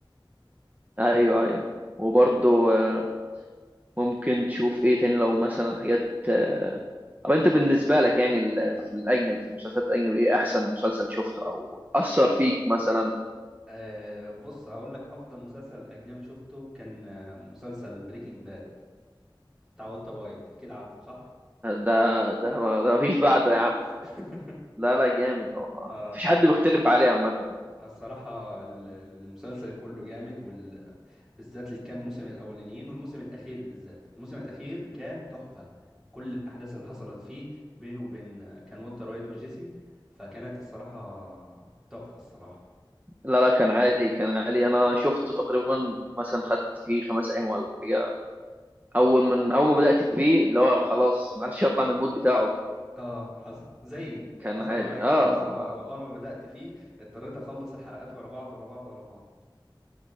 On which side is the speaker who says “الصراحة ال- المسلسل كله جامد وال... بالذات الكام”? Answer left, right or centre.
Centre